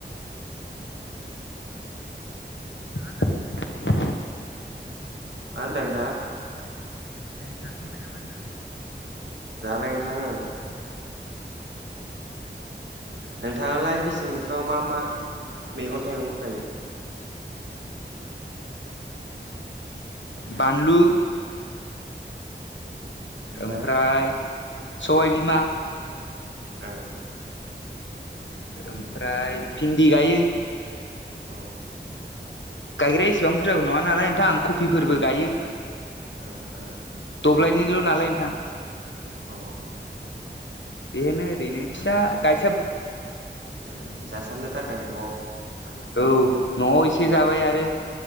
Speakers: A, on the left (about 80°); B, on the right (about 75°).
A: दा जाखांबाय दा?
B: मा होन्दों नोंथाङा?
A: ए जाखांबाय नामा होनदां?
B: जाबाय नोंथां औ। नोंथाङालाय बेसें बोथोराव मा मा मैगं थाइगं गायो?
A: बानलु
B: ओमफाय
A: ओमफ्राय सबायबिमा
B: ए
A: ओमफ्राय भिन्दि गायो।
B: अ।
A: गायग्राया इसेबां बुरजाबो नङा नालाय नोंथां आं कफिफोरबो गायो
B: आ आ।
A: दब्लायनिल' नालाय नोंथां।
B: अ।
A: बेनो ओरैनो फिसा गाय
B: आ जासारनो थाखाय न'आव माने
A: औ न'आव एसे जाबाय आरो